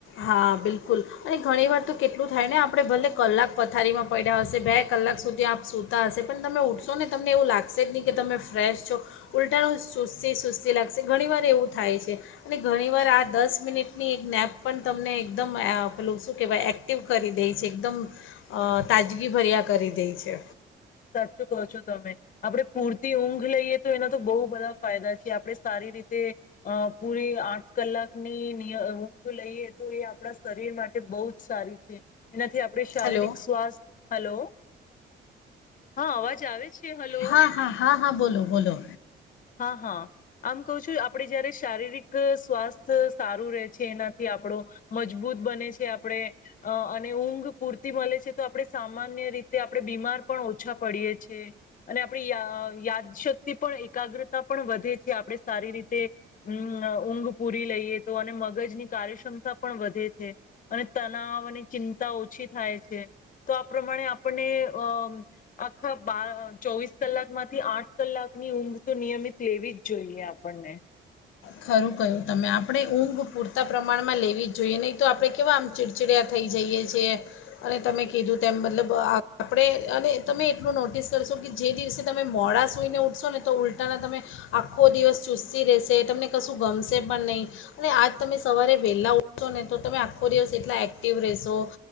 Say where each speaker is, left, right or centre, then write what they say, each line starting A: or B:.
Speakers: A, on the left (about 80°); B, on the left (about 40°).
A: હા બિલકુલ, અને ઘણીવાર તો કેટલું થાય ને આપણે ભલે કલાક પથારીમાં પડ્યા હશે બે કલાક સુધી આપ સૂતા હશે પણ તમે ઉઊઠશો ને તમને એવું લાગશે જ નહીં કે તમે ફ્રેશ છો, ઉલટાણું સુસ્તી સુસ્તી લાગશે ઘણીવાર એવું થાય છે, અને ઘણીવાર આ દસ મિનિટની એક નેપ પણ તમને એકદમ પેલું શું કહેવાય એક્ટિવ કરી દે છે એકદમ, તાજગીભર્યા કરી દેય છે.
B: સાચું કહો છો તમે, આપડણે પૂરતી ઊંઘ લઈએ તો એના તો બહુ બધા ફાયદા છે આપણે સારી રીતે, અ પૂરી આઠ કલાકનીય ઊંઘ લઈએ તો એ આપણા શરીર માટે બહુ જ સારી છે. એનાથી આપણે શારીરિક
A: હલો
B: સ્વાસ્થ્ય હલો હા અવાજ આવે છે? હલો
A: હા હા હા હા બોલો બોલો.
B: હા હા. આમ કઉ છું આપડે જયારે શારીરિક સ્વાસ્થ સારું રે છે એનાથી આપણો, મજબૂત બને છે આપણે, અ અને ઊંઘ પૂરતી મળે છે તો આપણે સામાન્ય રીતે આપણે બીમાર પણ ઓછા પડીએ છે, અને આપણી યા યાદશક્તિ પણ એકાગ્રતા પણ વધે છે આપણે સારી રીતે, મ ઊંઘ પૂરી લઈએ તો અને મગજની કાર્યક્ષમતા પણ વધે છે, અને તનાવ અને ચિંતા ઓછી થાય છે, તો આ પ્રમાણે આપણને અ આખા બાર ચોવીસ કલાક માંથી આઠ કલાકની ઊંઘ તો નિયમિત લેવી જ જોઈએ આપણને.
A: ખરું કહ્યું તમે આપણે ઊંઘ પૂરતા પ્રમાણમાં લેવી જ જોઈએ નહીં તો આપણે કેવા આમ ચિડચિડયા થઈ જઈએ છીએ, અને તમે કીધું તેમ મતલબ આપણે અને તમે એટલું નોટિસ કરશો કે જે દિવસે તમે મોડા સૂઈને ઊઠશો ને તો ઉલટાના તમે, આખો દિવસ ચુસ્તી રહેશે તમને કશું ગમશે પણ નહીં, અને આજ તમે સવારે વહેલા ઉઠશો ને તો તમે આખો દિવસ એટલા એક્ટિવ રહેશો,